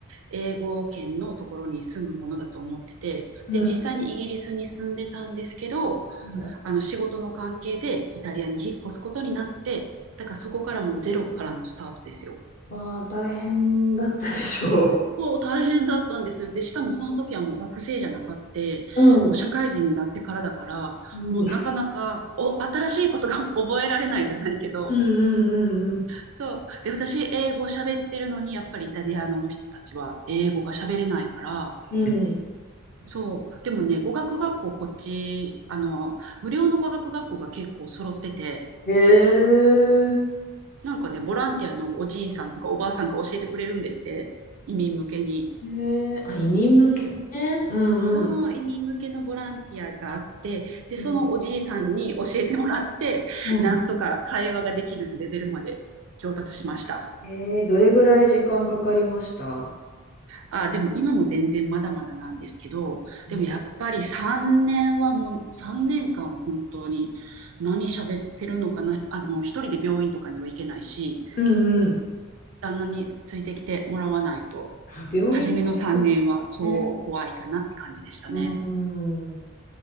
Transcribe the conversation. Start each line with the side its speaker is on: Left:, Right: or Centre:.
Right: 英語圏のところに住むものだと思ってて、
Left: うん
Right: で、実際にイギリスに住んでたんですけど、
Left: うん。
Right: あの仕事の関係でイタリアに引っ越すことになって、だからそこからもうゼロからのスタートですよ。
Left: まあ、大変だったでしょ
Right: そう、大変だったんです。で、しかもその時はもう学生じゃなかって、
Left: ううん。
Right: もう社会人になってからだから、
Left: うんう。
Right: もうなかなかお新しいことが <laughs> 覚えられないじゃないけど、
Left: んうんうん
Right: そう。で、私、英語喋ってるのに、やっぱりイタリアの人たちは英語が喋れないから、
Left: うん。うん。
Right: そう。でもね、語学学校、こっち、あの、無料の語学学校が結構揃ってて、
Left: へえ。
Right: なんかね、ボランティアのおじいさんとかおばあさんが教えてくれるんですって、移民向けに。
Left: へえ、あ、移民向けね。
Right: うん、
Left: うんうん。
Right: そう、移民向けのボランティアがあって、で、
Left: うん。
Right: そのおじいさんに教えてもらって、
Left: うん。
Right: なんとか会話ができるレベルまで上達しました。
Left: えー、どれぐらい時間かかりました
Right: あ、でも今も全然まだまだなんですけど、
Left: うん
Right: でもやっぱり3年はもう、3年間は本当に何喋ってるのかな、あの、一人で病院とかには行けないし、
Left: うんうん。
Right: 旦那についてきてもらわないと
Left: あ、病院はそ
Right: 初めの3年はそう怖いかなって感じでしたね。
Left: うね。うん。うん